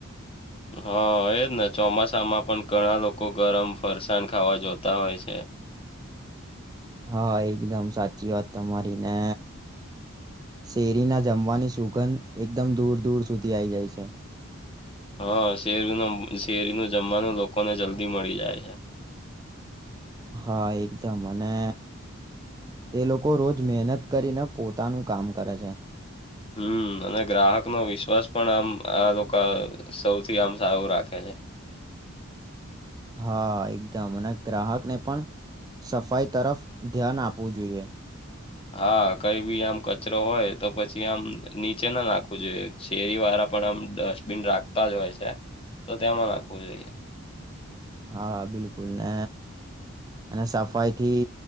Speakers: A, on the left; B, on the right.
A: હા એજ ને ચોમાસામાં પણ ઘણા લોકો ગરમ ફરસાણ ખાવા જોતા હોય છે.
B: હા એકદમ સાચી વાત તમારી ને શેરીના જમવાની સુગંધ એકદમ દૂર દૂર સુધી આઈ જાય છે.
A: હા શેરીનું શેરીનું જમવાનું લોકોને જલ્દી મળી જાય છે.
B: હા એકદમ અને એ લોકો રોજ મહેનત કરીને પોતાનું કામ કરે છે.
A: હમ અને ગ્રાહકનો વિશ્વાસ પણ આમ આ લોકો સૌથી આમ સારું રાખે છે.
B: હા એકદમ અને ગ્રાહકને પણ સફાઈ તરફ ધ્યાન આપવું જોઈએ.
A: હા કઈ બી આમ કચરો હોય તો પછી આમ નીચે ના નાખવું જોઈએ. શેરી વાળા પણ આમ ડસ્ટબીન રાખતા જ હોય છે, તો તેમાં નાખવું જોઈએ.
B: હા બિલકુલ ને... અને સફાઈ થી